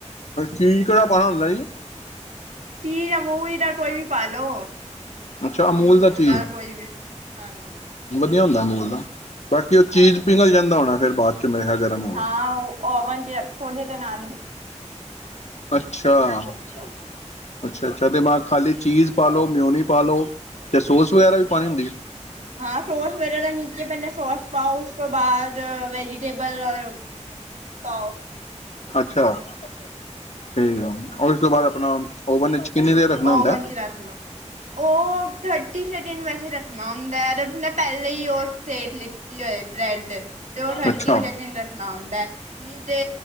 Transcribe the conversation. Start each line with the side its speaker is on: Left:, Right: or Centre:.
Left: ਚੀਜ ਕਿਹੜਾ ਪਾਣਾ ਹੁੰਦਾ ਜੀ।
Right: ਤੀ ਦਾ ਮੁਹ ਈ ਦਾ, ਕੋਈ ਵੀ ਪਾਲੋ
Left: ਅੱਛਾ ਅਮੂਲ
Right: ਆਮੂਲ
Left: ਚੀਜ਼
Right: ਦਾ ਕੋਈ ਵੀ ਚੀਜ਼ ਹਾਂਜੀ,
Left: ਨਹੀਂ ਹੁੰਦਾ ਮੂਲ ਦਾ, ਬਾਕੀ ਉਹ ਚੀਜ਼
Right: ਹਾਂਜੀ
Left: ਪਿੰਘਲ
Right: ਹਾਂਜੀ
Left: ਜਾਂਦਾ ਹੋਣਾ ਫ਼ਿਰ ਬਾਅਦ ਚ, ਚ ਮੇਰੇ ਖਿਆਲ ਗਰਮ ਹੋਗਿਆ।
Right: ਹਾਂ ਉਹ ਓਵਨ ਚ ਥੋੜੀ ਜਿਹਾ
Left: ਅੱਛਾ-ਅੱਛਾ-ਅੱਛਾ
Right: ਆਉਂਦਾ
Left: ਤੇ ਮੈਂ
Right: ਹਾਂਜੀ
Left: ਕਿਹਾ ਖਾਲੀ ਚੀਜ਼। ਪਾ ਲੋ ਮਿਉਨੀ ਪਾਲੋ ਤੇ ਸੋਸ ਵਗੈਰਾ ਵੀ ਪਾਣੀ ਹੁੰਦੀ ਐ।
Right: ਹਾਂ ਸੋਸ ਵਗੈਰਾ ਨੀਚੇ ਪਹਿ ਸੋਸ ਪਾਓ ਉਸ ਤੋਂ ਬਾਅਦ ਵੈਜੀਟੇਬਲ ਔ ਚੀਜ਼ ਪਾਓ।
Left: ਅੱਛਾ ਠੀਕ
Right: ਹਾਂਜੀ
Left: ਆ ਔਰ ਇਸ ਤੋਂ ਬਾਅਦ, ਆਪਣਾ ਓਵਨ ਵਿੱਚ ਕਿੰਨੀ ਦੇਰ ਰੱਖਣਾ
Right: ਓਵਨ
Left: ਹੁੰਦਾ
Right: ਚ ਰੱਖ ਦਿਓ ਔ ਤੁ ਥਰਟੀ ਸਿਕਸ ਵੈਸੇ ਰੱਖਣਾ ਹੁੰਦਾ ਪਹਿਲੇ ਹੀ ਉਹ ਸੇਕ ਲਿੱਤੀ ਹੋਏ ਬ੍ਰੈਡ ਤੇ ਉਹ ਥਰਟੀ
Left: ਅੱਛਾ
Right: ਸੈਕਿੰਡ ਰੱਖਣਾ ਹੁੰਦਾ। ਦਾ, ਨੀ ਤੇ